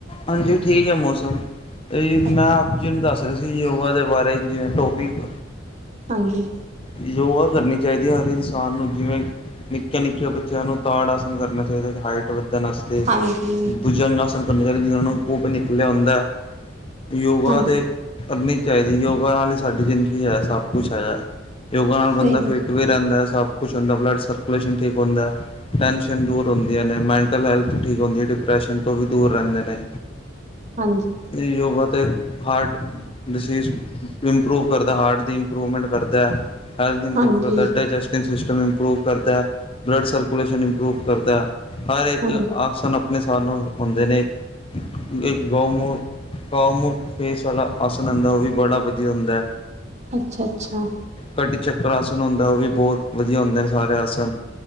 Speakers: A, on the left; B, on the right.
A: ਹਾਂਜੀ ਠੀਕ ਹੈ ਮੌਸਮ, ਮੈਂ
B: ਅੱਛਾ
A: ਆਪ ਜੀ ਨੂੰ ਦੱਸ ਰਿਹਾ ਸੀ ਜੀ ਯੋਗਾ ਦੇ ਬਾਰੇ, ਜਿਵੇਂ ਟੋਪਿਕ?
B: ਹਾਂਜੀ।
A: ਯੋਗਾ ਕਰਨੀ ਚਾਹੀਦੀ ਹੈ ਹਰ ਇਨਸਾਨ ਨੂੰ, ਜਿਵੇਂ ਨਿੱਕੀਆਂ ਨਿੱਕੀਆਂ ਬੱਚਿਆਂ ਨੂੰ ਤਾੜ ਆਸਨ ਕਰਨਾ ਚਾਹੀਦਾ। ਹਾਈਟ ਤੇ ਵਧਣ ਆਸਤੇ,
B: ਹਾਂਜੀ
A: ਬੁਜੰਗ ਆਸਨ ਕਰੀਦਾ ਜਿਨਾ ਨੂੰ ਕੁਬ ਨਿਕਲਿਆ ਹੁੰਦਾ ਐ। ਯੋਗਾ
B: ਹਾਂਜੀ
A: ਤੇ ਕਰਨੀ ਚਾਹੀਦੀ। ਯੋਗਾ ਨਾਲ ਹੀ ਸਾਡੀ ਜ਼ਿੰਦਗੀ ਹੈ, ਸਭ ਕੁਝ ਹੈ। ਯੋਗਾ ਨਾਲ ਬੰਦਾ
B: ਸਹੀ ਗੱਲ
A: ਫਿੱਟ ਵੀ ਰਹਿੰਦਾ ਐ ਸਭ ਕੁਛ ਹੁੰਦਾ, ਬਲੱਡ ਸਰਕੂਲੇਸ਼ਨ ਠੀਕ ਹੁੰਦਾ ਐ। ਟੈਂਸ਼ਨ ਦੂਰ ਹੁੰਦੀਆਂ ਨੇ, ਮੈਂਟਲ ਹੈਲਥ ਠੀਕ ਹੁੰਦੀ ਹੈ, ਡਿਪਰੈਸ਼ਨ ਤੋਂ ਵੀ ਦੂਰ ਰਹਿੰਦੇ।
B: ਹਾਂਜੀ
A: ਤੇ, ਯੋਗਾ ਤੇ ਹਾਰਟ ਡਿਸੀਜ਼ ਇੰਪਰੂਵ ਕਰਦਾ, ਹਾਰਟ ਦੀ ਇੰਪਰੂਵਮੈਂਟ ਕਰਦਾ ਹੈ। ਹੈਲਥ ਇੰਪਰੂਵ
B: ਹਾਂਜੀ
A: ਕਰਦਾ, ਡਾਇਜੈਸਟਿਵ ਸਿਸਟਮ ਇੰਪਰੂਵ ਕਰਦਾ ਹੈ, ਬਲੱਡ ਸਰਕੂਲੇਸ਼ਨ ਇੰਪਰੂਵ ਕਰਦਾ ਹਰ ਇੱਕ
B: ਹਾਂਜੀ
A: ਆਸਨ ਆਪਣੇ ਸਥ ਨੂੰ ਹੁੰਦੇ ਨੇ ਗ ਮਹ ਗੌਮੁੱਖ ਫੇਸ ਵਾਲਾ ਆਸਨ ਹੁੰਦਾ, ਉਹ ਵੀ ਬੜਾ ਵਧੀਆ ਹੁੰਦਾ ਹੈ।
B: ਅੱਛਾ, ਅੱਛਾ।
A: ਕਢ ਚੱਕਰ ਆਸਨ ਹੁੰਦਾ ਉਹ ਵੀ ਬੋਤ ਵਧੀਆ ਹੁੰਦੇ ਨੇ ਸਾਰੇ ਆਸਨ